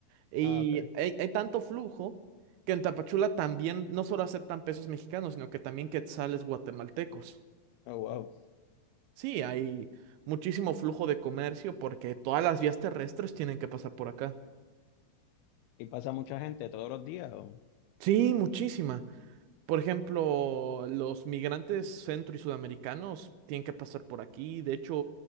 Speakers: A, on the right; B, on the left.
A: Y
B: Ah, ok.
A: hay, hay tanto flujo que en Tapachula también no solo aceptan pesos mexicanos, sino que también quetzales guatemaltecos.
B: Oh, wow.
A: Sí, hay muchísimo flujo de comercio porque todas las vías terrestres tienen que pasar por acá.
B: ¿Y pasa mucha gente todos los días? o?
A: Sí, muchísima. Por ejemplo, los migrantes centro y sudamericanos tienen que pasar por aquí. De hecho,